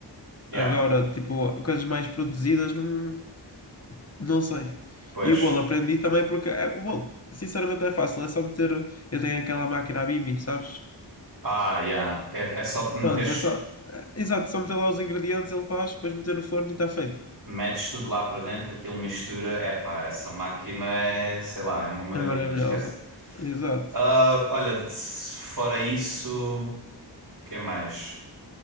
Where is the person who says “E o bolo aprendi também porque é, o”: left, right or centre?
Left